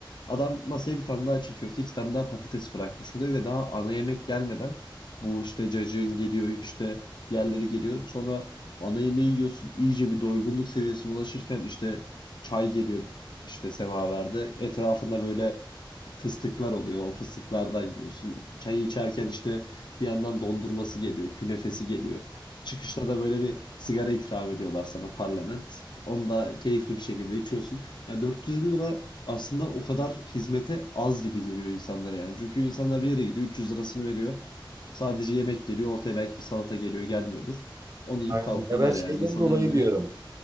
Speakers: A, on the left; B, on the right.
A: adam masaya bir tane daha çiğ köfte, iki tane daha patates bırakmış oluyor ve daha ana yemek gelmeden bu işte cacığın geliyor, işte diğerleri geliyor. Sonra ana yemeği yiyorsun, iyice bir doygunluk seviyesine ulaşırken işte çay geliyor işte semaverde. Etrafında böyle fıstıklar oluyor. O fıstıklardan yiyorsun. Çayı içerken işte bir yandan dondurması geliyor, künefesi geliyor. Çıkışta da böyle bir sigara ikram ediyorlar sana parlament. Onu da keyifli bir şekilde içiyorsun. Yani 450 lira aslında o kadar hizmete az gibi geliyor insanlara yani. Çünkü insanlar bir yere gidiyor 300 lirasını veriyor. Sadece yemek geliyor ortaya belki bir salata geliyor gelmiyordur. Onu yiyip
B: Aynen.
A: kalkıyorlar
B: Ya ben şeyden
A: yani. İnsanların
B: dolayı
A: böyle
B: diyorum.